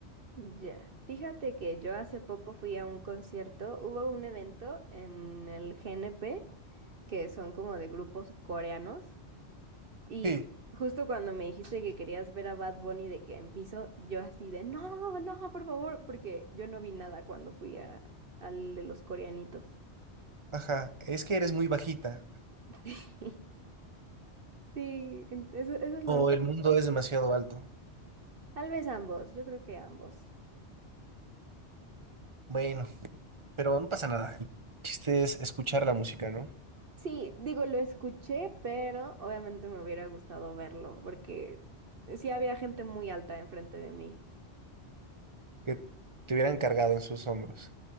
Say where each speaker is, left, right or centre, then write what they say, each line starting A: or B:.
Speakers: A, on the right; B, on the right.
A: Ya, fíjate que yo hace poco fui a un concierto, hubo un evento en el GNP, que son como de grupos coreanos, y
B: Sí,
A: ju- justo cuando me dijiste que querías ver a Bad Bunny de que en piso, yo así de, no, no, por favor, porque yo no vi nada cuando fui a, al de los coreanitos.
B: ajá, es que eres muy bajita
A: <laughs> Sí, en- eso, eso es lo
B: o
A: único.
B: el mundo es demasiado alto.
A: Tal vez ambos, yo creo que ambos.
B: Bueno, pero no pasa nada. El chiste es escuchar la música, ¿no?
A: Sí, digo, lo escuché, pero obviamente me hubiera gustado verlo, porque sí había gente muy alta enfrente de mí.
B: Que te hubieran cargado en sus hombros.